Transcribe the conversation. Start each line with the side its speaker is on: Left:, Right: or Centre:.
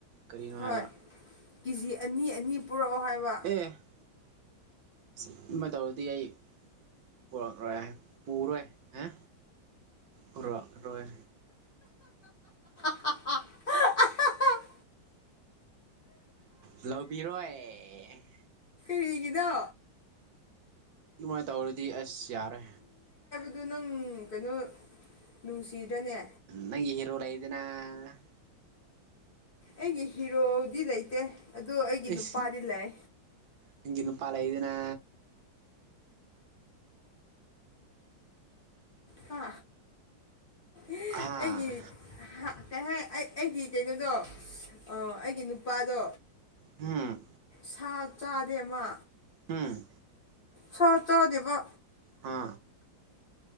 Right: ꯀꯔꯤꯅꯣ
Left: ꯍꯣꯏ
Right: ꯍꯥꯏꯕ
Left: ꯀꯦꯖꯤ ꯑꯅꯤ ꯑꯅꯤ ꯄꯨꯔꯛꯑꯣ ꯍꯥꯏꯕ
Right: ꯑꯦ ꯁꯤꯃꯥ ꯇꯧꯔꯗꯤ ꯑꯩ ꯄꯨꯔ ꯄꯨꯔꯣꯏ ꯍꯦ ꯄꯨꯔꯛꯑꯔꯣꯏ
Left: <unintelligible>
Right: ꯂꯧꯕꯤꯔꯣꯏ
Left: ꯀꯩꯒꯤꯅꯣ
Right: ꯑꯗꯨꯃꯥꯏ ꯇꯧꯔꯗꯤ ꯑꯁ ꯌꯥꯔꯦ
Left: ꯑꯗꯨ ꯅꯪ ꯀꯩꯅꯣ ꯅꯨꯡꯁꯤꯗꯅꯦ
Right: ꯅꯪꯒꯤ ꯍꯤꯔꯣ ꯂꯩꯗꯅ
Left: ꯑꯩꯒꯤ ꯍꯤꯔꯣꯗꯤ ꯂꯩꯇꯦ ꯑꯗꯣ ꯑꯩꯒꯤ
Right: ꯑꯩꯁ
Left: ꯅꯨꯄꯥꯗꯤ ꯂꯩ
Right: ꯅꯪꯒꯤ ꯅꯨꯄꯥ ꯂꯩꯗꯅ
Left: ꯍꯥ ꯑꯩꯒꯤ
Right: ꯍꯥ
Left: ꯍꯥꯏ ꯀꯩ ꯍꯥꯏ ꯑꯩ ꯑꯩꯒꯤ ꯀꯩꯅꯣꯗꯣ ꯑꯣ ꯑꯩꯒꯤ ꯅꯨꯄꯥꯗꯣ
Right: ꯍꯝ
Left: ꯁꯥ ꯆꯥꯗꯦ ꯃꯥ
Right: ꯍꯝ
Left: ꯁꯥ ꯆꯥꯗꯦꯕ
Right: ꯍꯥ